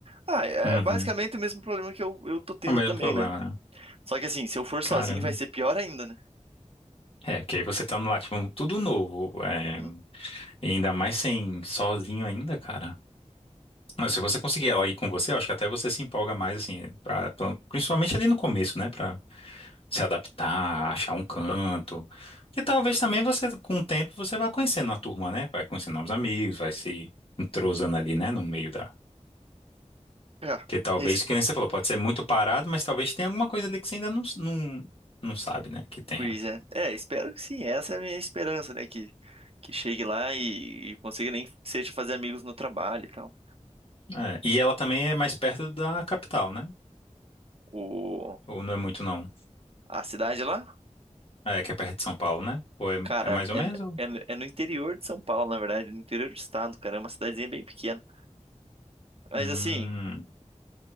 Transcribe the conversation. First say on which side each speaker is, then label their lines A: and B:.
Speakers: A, on the right; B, on the left.
A: Ah, é
B: Uhum.
A: é basicamente o mesmo problema que eu, eu tô tendo
B: É O mesmo
A: também,
B: problema,
A: né?
B: né?
A: Só que assim, se eu for
B: Caramba.
A: sozinho vai ser pior ainda, né?
B: É, porque aí você tá no lá, tipo, tudo novo. É...
A: Uhum,
B: E ainda mais sem sozinho ainda, cara. Não,
A: uhum.
B: se você conseguir ela ir com você, eu acho que até você se empolga mais, assim, pra, pra- principalmente ali no começo, né? Pra se adaptar, achar um canto. Porque talvez também você, com o tempo, você vá conhecendo a turma, né? Vai conhecendo novos amigos, vai se entrosando ali, né? No meio da.
A: É,
B: Porque talvez,
A: es-
B: que nem você falou, pode ser muito parado, mas talvez tenha alguma coisa ali que você ainda não, não, não sabe, né? Que tenha.
A: pois é. É, espero que sim, essa é a minha esperança, né? Que, que chegue lá e, e consiga nem que seja fazer amigos no trabalho e tal.
B: É, E ela também é mais perto da capital, né?
A: O,
B: Ou não é muito, não?
A: a cidade lá,
B: É, que é perto de São Paulo, né? Ou é,
A: cara,
B: é mais ou menos? ou-
A: é, é, é no interior de São Paulo, na verdade, no interior do estado, cara, é uma cidadezinha bem pequena. Mas
B: Hum.
A: assim,